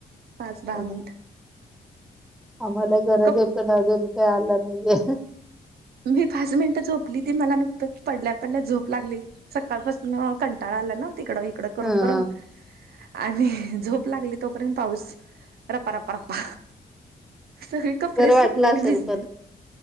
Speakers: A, on the right; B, in the centre.
A: पाच दहा
B: हो
A: मिनिट
B: ना, आम्हांला गरज
A: कप
B: आहे पण अजून काही आलं नाहीये.
A: मी पाच मिनिटं झोपली ती, मला नुकतच पडल्या पडल्या झोप लागली. सकाळपासनं कंटाळा आला ना तिकडं- इकडं करून
B: हं
A: करून, आणिऽ झोप लागली तोपर्यंत पाऊस रप्पा, रप्पा, रप्पा. सगळी कपडे
B: बरं
A: सुकलेली
B: वाटलं असेल
A: भिजले.
B: पण